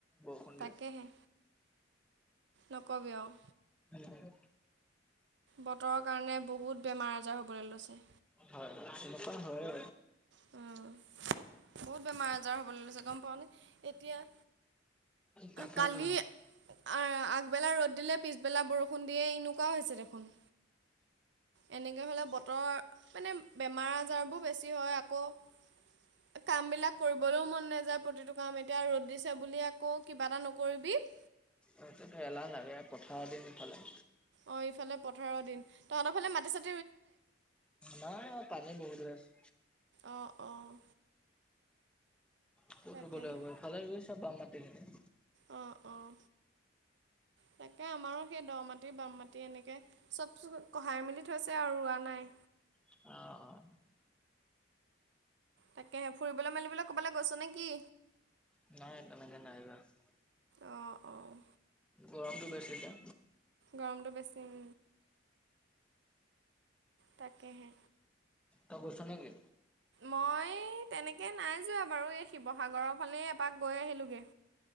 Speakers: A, in the centre; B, on the right (about 60°).
A: বৰষুণ
B: তাকেহে
A: দিয়ে।
B: নকবি আৰু।
A: উম।
B: বতৰৰ কাৰণে বহুত বেমাৰ আজাৰ হ'বলৈ লৈছে।
A: হয়, তেনেকুৱা হয়।
B: বহুত বেমাৰ আজাৰ হ'বলৈ লৈছে গম পাওঁনে এতিয়া
A: তাকেইতো
B: কালি। আগবেলা ৰ'দ দিলে পিছবেলা বৰষুণ দিয়ে এনেকুৱা হৈছে দেখোন। এনেকে হ'লে বতৰৰ মানে বেমাৰ আজাৰবোৰ বেছি হয় আকৌ। কামবিলাক কৰিবলৈও মন নাযায় প্ৰতিটো কাম এতিয়া ৰ'দ দিছে বুলি আকৌ কিবা এটা নকৰিবি। <inaudible>
A: তাৰপিছত এলাহ লাগে পথাৰৰ দিন ইফালে
B: অ', ইফালে পথাৰৰ দিন তহতৰ ফালে মাতি চা
A: নাই পানী বহুত হৈ আছে।
B: অ' অ'।
A: ক'ত
B: তাকেহে
A: ৰোবলৈ হ'ব এইফালে ৰুইছে বাম মাটিখিনি।
B: অঁ অঁ। তাকে আমাৰো সেই দ মাটি বাম মাটি এনেকৈ চব কহাই মেলি থৈছে আৰু ৰোৱা নাই।
A: অ', অ'
B: তাকেহে ফুৰিবলৈ মেলিবলৈ ক'বালৈ গৈছ নে কি
A: নাই <unintelligible>
B: অ', অ'
A: গৰমটো বেছি যে
B: গৰমটো বেছি উম তাকেহে
A: তই গৈছ নেকি
B: মই তেনেকে নাই যোৱা বাৰু এই শিৱসাগৰৰ ফালেই এপাক গৈ আহিলোঁগে!